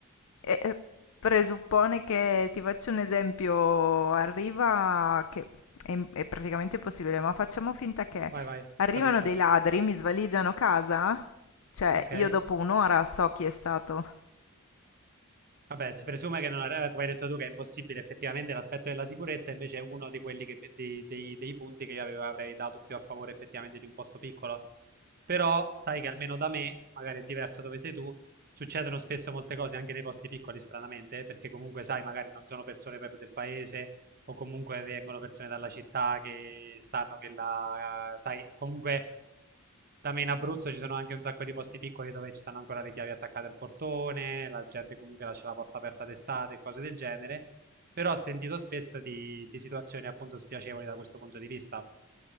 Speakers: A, on the left (about 65°); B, on the right (about 45°).
A: eh, eh, presuppone che, ti faccio un esempio, arriva, che è, è praticamente impossibile, ma facciamo finta che
B: vai, vai,
A: arrivano
B: capisco.
A: dei ladri, mi svaligiano casa, cioè
B: Ok,
A: io dopo un'ora so chi è stato,
B: Vabbè, si presume che non arriva, come hai detto tu, che è impossibile. Effettivamente l'aspetto della sicurezza invece è uno di quelli che me- dei, dei- dei punti che io avevo- avrei dato più a favore effettivamente di un posto piccolo. Però sai che almeno da me, magari è diverso dove sei tu, succedono spesso molte cose anche nei posti piccoli, stranamente, perché comunque sai, magari non sono persone proprio del paese o comunque vengono persone dalla città che sanno che la... sai, comunque da me in Abruzzo ci sono anche un sacco di posti piccoli dove ci stanno ancora le chiavi attaccate al portone, la gente comunque lascia la porta aperta d'estate e cose del genere. Però ho sentito spesso di, di situazioni appunto spiacevoli da questo punto di vista.